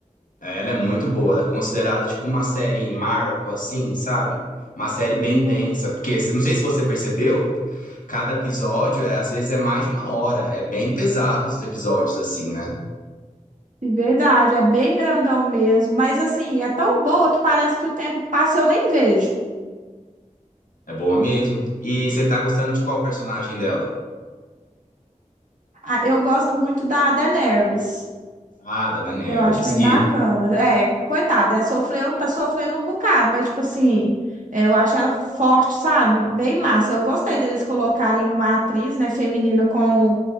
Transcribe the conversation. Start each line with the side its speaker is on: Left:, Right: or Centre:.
Left: É, Ela é muito boa, ela é considerada tipo uma série marco, assim, sabe? Uma série bem
Right: Nossa.
Left: densa, porque se- não sei se você percebeu, cada episódio é, às vezes é mais de uma hora, é bem pesado os episódios, assim, né?
Right: Verdade, é bem grandão mesmo, mas assim, é tão boa que parece que o tempo passa e eu nem vejo.
Left: É boa mesmo. E você tá gostando de qual personagem dela?
Right: Ah, eu gosto muito da Daenerys.
Left: Ah, da Daenerys.
Right: Eu acho bem
Left: E,
Right: bacana. É, coitada, é, sofreu, tá sofrendo um bocado, mas tipo assim, é, eu acho ela forte, sabe? Bem massa. Eu gostei deles colocarem uma atriz, né, feminina com